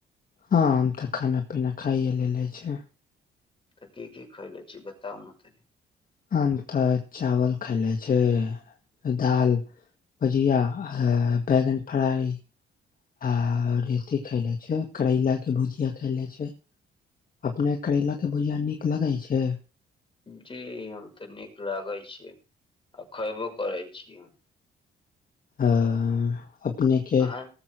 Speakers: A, on the left; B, on the left.
A: हँ हम तऽ खान पीना खाइए लै ले छी।
B: त की की खैल छी बताउ न तनी।
A: आम त चावल खाय ले छै दाल भुजिया बैगन फ्राइ आ रेती खाय ले छै करैलाके भुजिया खाय ले छै अपने करैलाके भुजिया नीक लगैत छै।
B: जी हम तऽ नीक लागै छै आ खयबो करै छी हम।
A: आ। अपने के
B: अहाँ